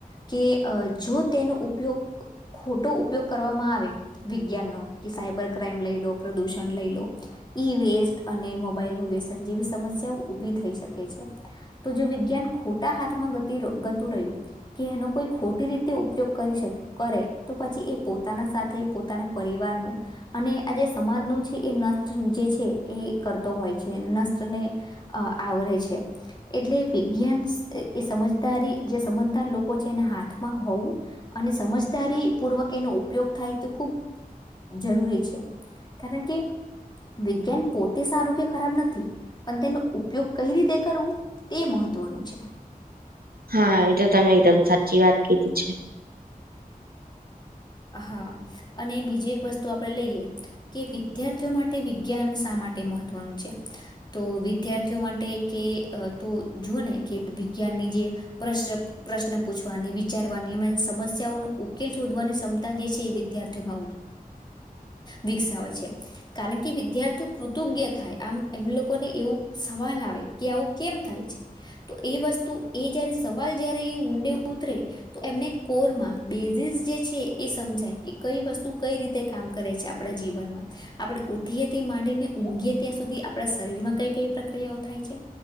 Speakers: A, on the left; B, on the right.
A: કે જો તેનો ઉપયોગ ખોટો ઉપયોગ કરવામાં આવે વિજ્ઞાનનો. કે સાયબર ક્રાાઈમ લઈ લો પ્રદૂષણ લઈ લો. ઈ વેસ્ટ અને મોબાઇલ વ્યસન જેવી સમસ્યાઓ ઉભી થઈ શકે છે. તો જો વિજ્ઞાન ખોટા હાથમાં ગતી ગતું રહ્યું. કે એનો કોઈ ખોટી રીતે ઉપયોગ કરી શકે. કરે તો પછી એ પોતાના સાથે પોતાના પરિવારનું. અને આજે સમાજનું છે એ નષ્ટ જે છે એ કરતો હોય છે નષ્ટને. અ આવરે છે. એટલે વિજ્ઞાન એ સમજદારી જે સમજદાર લોકો છે એના હાથમાં હોવું. અને સમજદારી પૂર્વક એનો ઉપયોગ થાય તો ખૂબ જરૂરી છે કારણ કે વિજ્ઞાન પોતે સારું કે ખરાબ નથી. પણ તેનો ઉપયોગ કઈ રીતે કરવું તે મહત્વનું છે.
B: હા એ તો તમે એકદમ સાચી વાત કીધી છે.
A: હા અને બીજી એક વસ્તુ આપણેે લઈએ. કે વિદ્યાર્થીઓ માટે વિજ્ઞાન શા માટે મહત્વનું છે? તો વિદ્યાર્થીઓ માટે કે તો જુઓ ને કે વિજ્ઞાનની જે પ્રશ્ન પ્રશ્ન પૂછવાની એ વિચારવાની સમસ્યાઓનો ઉકેલ શોધવાની સ મતા જે છે એ વિદ્યાર્થીઓમાં વિકસાવે છે. કારણ કે વિદ્યાર્થીઓ કૃતજ્ઞ થાય આમ એમ લોકોને એવું સવાલ આવે કે આવું કેમ થાય છે? એ વસ્તુ એ જયારે સવાલ જયારે એ ઊંડે ઉતરે. તો એમને કોરમાં બેઝિસ જે છે. એ સમજાય કે કઈ વસ્તુ કઈ રીતે કામ કરે છે આપણા જીવનમાં આપણે ઉઠીએ તે માંડીને ઊંઘીએ ત્યાં સુધી આપણા શરીર માં કઈ કઈ પ્રક્રિયાઓ થાય છે.